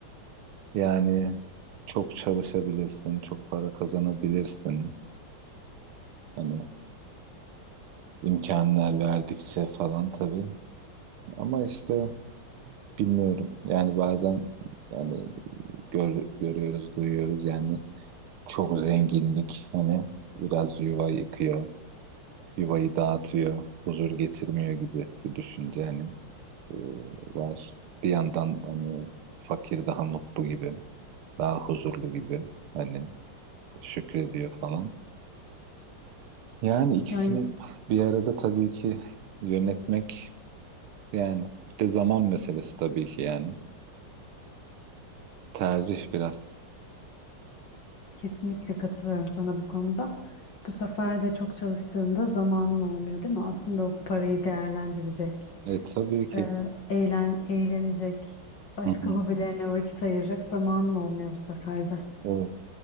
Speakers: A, on the right; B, on the left.
A: Yani çok çalışabilirsin, çok para kazanabilirsin. Hani imkanlar verdikçe falan tabii. Ama işte bilmiyorum. Yani bazen yani gör, görüyoruz, duyuyoruz yani çok zenginlik hani biraz yuva yıkıyor. yuvayı dağıtıyor, huzur getirmiyor gibi bir düşünce hani e, var. Bir yandan hani fakir daha mutlu gibi, daha huzurlu gibi hani şükrediyor falan. Yani ikisini
B: Yani
A: bir arada tabii ki yönetmek yani bir de zaman meselesi tabii ki yani. Tercih biraz.
B: kesinlikle katılıyorum sana bu konuda. Bu sefer de çok çalıştığında zamanın olmuyor değil mi? Aslında o parayı değerlendirecek,
A: E tabii ki.
B: eee, eğlen, eğlenecek, başka
A: Hı hı.
B: hobilerine vakit ayıracak zamanın olmuyor bu sefer de.
A: Evet.